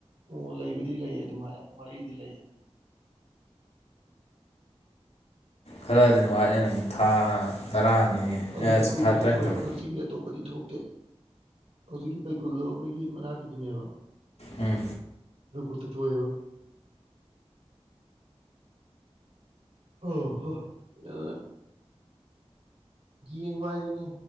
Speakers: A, on the right (about 70°); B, on the left (about 75°).
A: ꯑꯣ ꯂꯩꯕꯗꯤ ꯂꯩ ꯑꯗꯨꯃꯥꯏꯅ ꯃꯔꯤꯗꯤ ꯂꯩ
B: ꯈꯔꯗꯤ ꯋꯥꯠꯂꯦ ꯅꯪ ꯊꯥ ꯇꯔꯥꯅꯤ
A: ꯑꯗꯨ
B: ꯑꯦ
A: ꯕꯩꯀꯨꯜ
B: ꯊꯥ
A: ꯈꯛꯇ
B: ꯇꯔꯥꯅꯤꯊꯣꯏ
A: ꯊꯣꯛꯑꯦꯕ ꯀꯛꯆꯤꯡꯒꯤ ꯑꯇꯣꯞꯄꯗꯤ ꯊꯣꯛꯇꯦ ꯍꯧꯖꯤꯛꯀꯤ ꯀꯨꯜꯗꯣ ꯑꯩꯈꯣꯏꯒꯤ ꯃꯅꯥꯛꯀꯤꯗꯨꯅꯦꯕ
B: ꯎꯝ
A: ꯕꯀꯨꯜ ꯀꯊꯣꯛ ꯍ ꯍꯣ ꯑ ꯌꯦꯡꯕ ꯍꯥꯏꯗꯨꯅꯤ